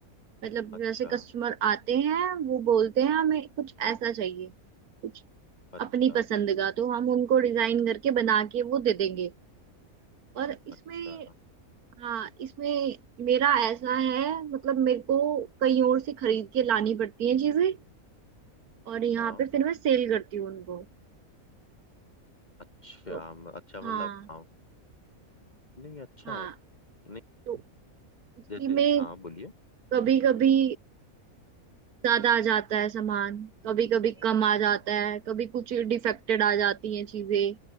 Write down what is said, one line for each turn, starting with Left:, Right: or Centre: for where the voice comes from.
Right: मतलब
Left: अच्छा
Right: जैसे कस्टमर आते हैं वो बोलते हैं हमें कुछ ऐसा चाहिए कुछ
Left: अच्छा
Right: अपनी पसंद का तो हम उनको डिजाइन करके बना के वो दे देंगे और इसमें
Left: अच्छा
Right: हाँ इसमें मेरा ऐसा है मतलब मेरे को कहीं और से खरीद के लानी पड़ती हैं चीजें और यहाँ
Left: हाँ
Right: पे फिर मैं सेल करती हूँ उनको
Left: अच्छा
Right: तो
Left: म- अच्छा
Right: हाँ
Left: मतलब हाँ नहीं अच्छा
Right: हाँ
Left: है नहीं
Right: तो उसी
Left: जैसे
Right: में
Left: हाँ बोलिए
Right: कभी कभी ज्यादा आ जाता है सामान कभी कभी
Left: हाँ
Right: कम आ जाता है कभी कुछ डिफेक्टेड आ जाती हैं चीजें